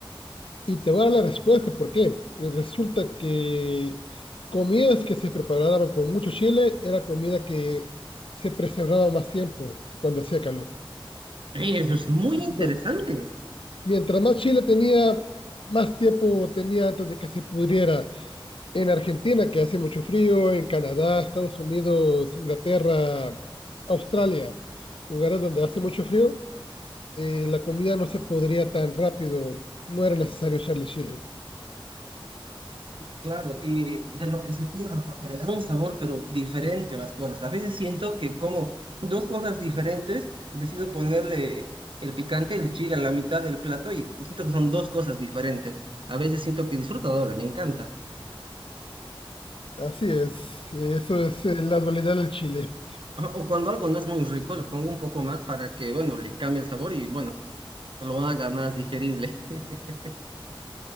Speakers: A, on the left (about 70°); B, on the right (about 65°).
A: Y te voy a dar la respuesta, ¿por qué? Resulta que comidas que se preparaban con mucho chile era comida que se preservaba más tiempo cuando hacía calor.
B: Ey, eso es muy interesante.
A: No, Mientras más chile tenía, más tiempo tenía antes de que se pudriera. En Argentina, que hace mucho frío, en Canadá, Estados Unidos, Inglaterra, Australia, lugares donde hace mucho frío, eh, la comida no se podría tan rápido, no era necesario echarle chile.
B: Claro, y de lo que se pierden, porque le da un sabor, pero diferente a las cosas. A veces siento que como dos cosas diferentes, decido ponerle el picante, el chile a la mitad del plato y siento que son dos cosas diferentes. A veces siento que disfruto doble, me encanta.
A: Así es, eso es eh, la dualidad del Chile.
B: Ajá, O cuando algo no es muy rico, le pongo un poco más para que, bueno, le cambie el sabor y, bueno, lo haga más digerible. <laughs>